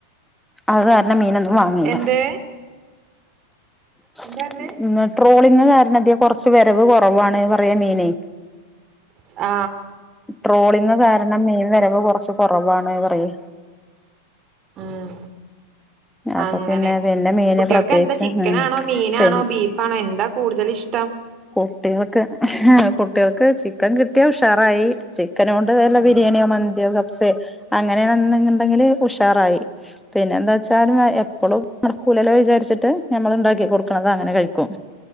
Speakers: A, in the centre; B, on the right.
A: അത് കാരണം മീനൊന്നും വാങ്ങീല്ലാ
B: എന്ത്
A: <unintelligible>
B: എന്താ പറഞ്ഞേ
A: ട്രോളി ക്ക് കാരണം കൊറച്ചു വരവ് കൊറവാണ് പറയാ മീനേ
B: ആ
A: ട്രോളിങ് കാരണം മീൻ വരവ് കൊറച്ച് കൊറവാണ് പറയ്
B: ആ
A: അപ്പൊ
B: അങ്ങനെ
A: പിന്നെ പിന്നെ മീന്
B: കുട്ടികൾക്ക്
A: പ്രത്യേകിച്ച്
B: എന്താ ചിക്കനാണോ
A: ഉം
B: മീനാണോ
A: പിന്നെ
B: ബീഫാണോ എന്താ കൂടുതല് ഇഷ്ട-
A: കുട്ടികൾക്ക് കുട്ടികൾക്ക് ചിക്കൻ കിട്ടിയാ ഉഷാറായി ചിക്കന് കൊണ്ട് വല്ല
B: ആഹ്
A: ബിരിയാണിയോ മന്തിയോ കപ്സേ <unintelligible> ഇണ്ടെങ്കില് ഉഷാറായി പിന്നെ എന്താ വെച്ചാലും എപ്പളും നടക്കൂലാല വിചാരിച്ചിട്ട് ഞമ്മള് ഇണ്ടാക്കി കൊടുക്കണത് അങ്ങനെ കഴിക്കും